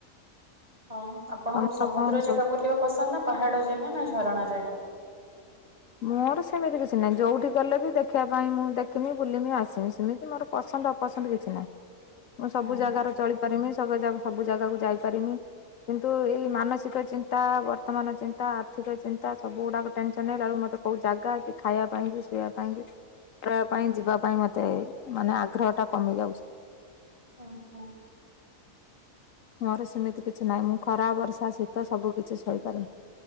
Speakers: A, on the right; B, on the left.
A: ହଁ, ଆପଣଙ୍କୁ
B: ତମର
A: ସମୁଦ୍ର
B: କଣ
A: ଜାଗା
B: ସବୁ
A: ବୁଲିବା ପସନ୍ଦ ନା, ପାହାଡ ଜାଗା ନା, ଝରଣା ଜାଗା?
B: ମୋର ସେମିତି କିଛି ନାହିଁ। ଯୋଉଠି ଗଲେ ବି ଦେଖିବା ପାଇଁ ମୁଁ ଦେଖମି, ବୁଲମି ଆସିମି ସେମିତି ମୋର ପସନ୍ଦ ଅପସନ୍ଦ କିଛି ନାହିଁ। ମୁଁ, ସବୁ
A: ହଁ
B: ଜାଗାରେ ଚଳିପାରିମି। ସ ସବୁ ଜାଗାକୁ ଯାଇପାରିମି। କିନ୍ତୁ ଏଇ ମାନସିକ ଚିନ୍ତା, ବର୍ତ୍ତମାନ ଚିନ୍ତା, ଆର୍ଥିକ ଚିନ୍ତା ସବୁ ଗୁଡାକ ଟେନସନ ହେଲା ବେଳକୁ ମତେ ତ କୋଉ ଜାଗା କି ଖାଇବା ପାଇଁ କି ସୋଇବା ପାଇଁ କି? ପାଇଁ, ଯିବା ପାଇଁ ମତେ ମାନେ ଆଗ୍ରହଟା କମି ଯାଉଛି।
A: ଉଁ ହୁଁ
B: ମୋର ସେମିତି କିଛି ନାହିଁ। ମୁଁ ଖରା, ବର୍ଷା, ଶୀତ ସବୁ କିିଛି ସହିପାରେ।